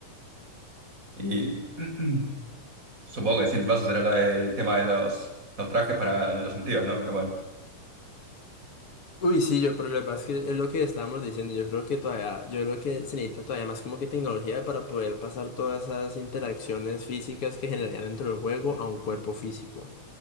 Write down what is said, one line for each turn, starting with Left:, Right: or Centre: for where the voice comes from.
Right: Y <clears throat> supongo que el siguiente paso será lo del tema de los, los trajes para los sentidos, ¿no? Pero bueno.
Left: Uy, sí, yo, pero lo que pasa es que es lo que estábamos diciendo, yo creo que todavía, yo creo que se necesita todavía más como que tecnología para poder pasar todas esas interacciones físicas que generarían dentro del juego a un cuerpo físico.